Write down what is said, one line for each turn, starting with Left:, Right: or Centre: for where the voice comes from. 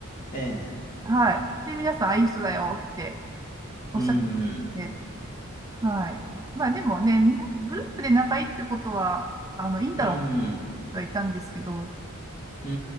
Left: ええ、
Right: はい。で、皆さん、あ、いい人だよっておっしゃって
Left: うん、うん、
Right: て、はい。まあ、でもね、みんな、グループで仲いいってことは、あの、いいんだろうなっ
Left: うん、
Right: てはいたんですけど、
Left: う